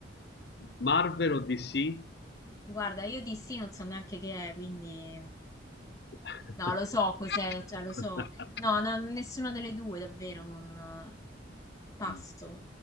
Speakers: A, on the left; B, on the left.
A: Marvel o DC?
B: Guarda, io di sì non so neanche che è, quindi...
A: <laughs>
B: No, lo so cos'è, cioè lo so. No, no, nessuna delle due, davvero, non... Passo.
A: Mm.